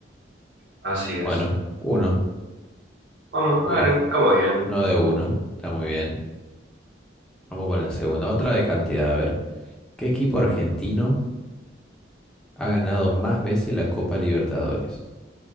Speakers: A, on the right; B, in the centre.
A: Así es.
B: Bueno, uno,
A: Vamos,
B: muy
A: arrancamos
B: bien.
A: bien.
B: Uno de uno, está muy bien. Vamos con la segunda. Otra de cantidad, a ver. ¿Qué equipo argentino ha ganado más veces la Copa Libertadores?